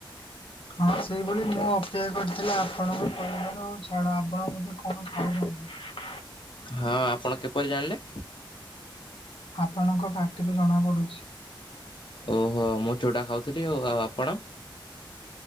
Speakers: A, on the left; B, on the left.
A: ହଁ ସେଇଭଳି ମୁଁ ଅପେକ୍ଷା କରିିଥିଲି ଆପଣଙ୍କ ପରିବାର ଆଉ ଛାଡ ଆପଣ <inaudible> <unintelligible>
B: ହଁ ଆପଣ କିପରି ଜାଣିଲେ।
A: ଆପଣଙ୍କ ପାଟିରୁ ଜଣାପଡ଼ୁଛି।
B: ଓହୋ ମୁଁ ଚୁଡା ଖାଉଥିଲି ଆଉ ଆପଣ।